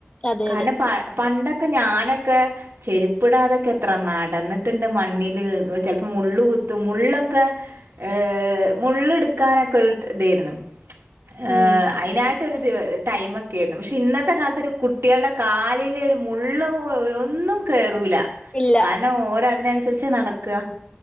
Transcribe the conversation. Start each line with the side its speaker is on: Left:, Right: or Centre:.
Left: അതെ
Right: കാര്ണം
Left: അതെ
Right: പാ പണ്ടൊക്ക ഞാനൊക്ക ചെരുപ്പിടാതൊക്കെ എത്ര നടന്നിട്ട്ണ്ട് മണ്ണില് ചെൽപ്പം മു മുള്ള് കുത്തും മുള്ളൊക്കെ ഏഹ് മുള്ള് ഇട്ക്കാനൊക്കെ ഒര് തേര്ന്നു ആഹ്
Left: ഉം
Right: അയിനാട്ട ടൈമൊക്കെ ആയിരുന്നു പക്ഷെ ഇന്നത്തെ കാലത്ത് ഒരു കുട്ടികളുടെ കാലിലൊരു മുള്ള് ഒ ന്നും കേറൂല
Left: ഇല്ല
Right: കാരണം ഓര് അതിനനുസരിച്ച് നടക്കുക